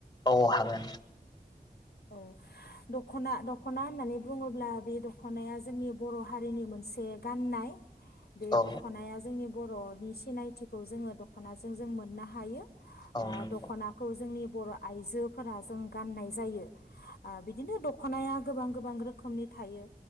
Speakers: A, on the left; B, on the left.
A: औ हागोन
B: औ दख'ना दख'ना होननानै बुङोब्ला बे दख'नाया जोंनि बर' हारिनि मोनसे गाननाय बे
A: औ
B: दख'नाया जोंनि बर'नि सिनायथिखौ जोङो दख'नाजों जों मोननो हायो
A: औ
B: आ
A: नंगौ
B: दख'नाखौ जोंनि बर' आइजोफोरा जों गाननाय जायो आ बिदिनो दख'नाया गोबां गोबां रोखोमनि थायो